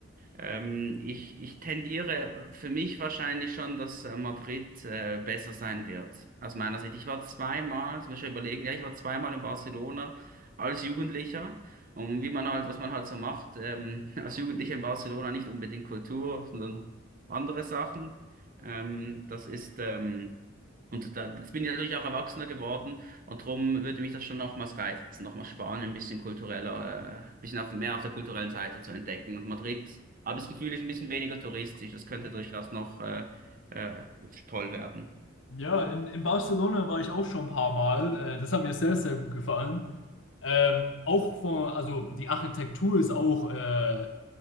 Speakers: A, on the right; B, on the left.
A: Ähm, ich, ich tendiere für mich wahrscheinlich schon, dass äh, Madrid äh, besser sein wird, aus meiner Sicht. Ich war zweimal, das muss ich schon überlegen, ja, ich war zweimal in Barcelona als Jugendlicher. Und wie man halt, was man halt so macht, ähm, <laughs> als Jugendlicher in Barcelona nicht unbedingt Kultur, sondern andere Sachen. Ähm, das ist, ähm, und da, jetzt bin ich natürlich auch erwachsener geworden. Und darum würde mich das schon nochmals reizen, nochmals Spanien ein bisschen kultureller, äh, ein bisschen auf, mehr auf der kulturellen Seite zu entdecken. Und Madrid, habe ich das Gefühl, ist ein bisschen weniger touristisch. Das könnte durchaus noch äh, äh, toll werden.
B: Ja, in, in Barcelona war ich auch schon ein paar Mal. Äh, das hat mir sehr, sehr gut gefallen. Ähm, auch von, also die Architektur ist auch äh,